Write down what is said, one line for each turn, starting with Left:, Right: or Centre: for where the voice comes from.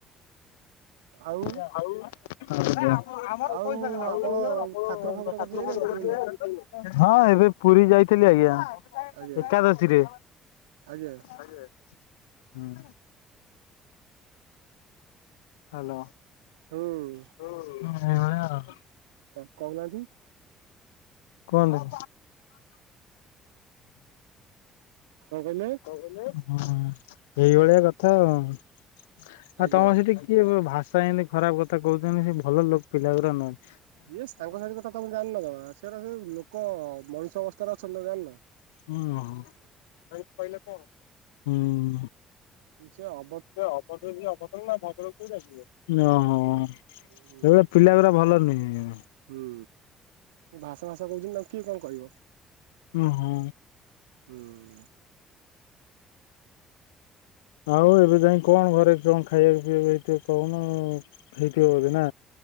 Right: ଆଉ
Left: ନଁ ଆମ ଆମ
Right: ଆଉ
Left: କଇସ <unintelligible>
Right: ଆପଣ ଠାକୁର ଫାକୁର କତି ଯାଇନାହାନ୍ତି କହୁନ?
Left: ହଁ ଏବେ ପୁରୀ ଯାଇଥିଲି ଆଜ୍ଞା।
Right: ଆଜ୍ଞା
Left: ଏକାଦଶୀରେ
Right: ଆଜ୍ଞା
Left: ହୁଁ ହାଲୋ
Right: ହୁଁ।
Left: ଏଇଭଳିଆ ଆଉ
Right: ଆ କୋହୁ ନାହାନ୍ତି।
Left: କୁହନ୍ତୁ
Right: କଣ କହିଲେ?
Left: ହ <inaudible> ଏଇଭଳିଆ କଥା ଆଉ ଆଉ
Right: ଆଜ୍ଞା
Left: ତମର ସେଠି କିଏ ଭାଷା ଏମିତି ଖରାପ କଥା କହୁଛନ୍ତି। ସେ ଭଲ ଲୋକ ପିଲାଗୁରା ନୁହଁ
Right: ଇଏ ସାଙ୍ଗସାଥି କଥା ତମେ ଜାଣିନନା ସେରା ସବୁ ଲୋକ ମଣିଷ ଅବସ୍ଥାରେ ଅଛନ୍ତି ନା ଜାଣିନା।
Left: ହୁଁ <inaudible> ହୁଁ
Right: ସେୟା ଅ
Left: ସେ ଅଭଦ୍ର ଯିଏ ଅଭଦ୍ର ନା ଭଦ୍ର କୋଉଠି ଆସିବ? ଓହୋ ସେଇଆ
Right: ହୁଁ
Left: ପିଲା ଗୁରା ଭଲ ନୁହେଁ।
Right: ହୁଁ ଭାସା ଫାସା କହୁଛନ୍ତି ତାଙ୍କୁେ କିଏ କଣ କହିବ।
Left: ଉଁ ହୁଁ।
Right: ହୁଁ।
Left: ଆଉ ଏବେ ଯାଇ କଣ ଘରେ କଣ। ଖାଇବାକୁ ପିଇବାକୁ ହେଇଥିବ କହୁନ ହେଇଥିବ ବୋଧେ ନା।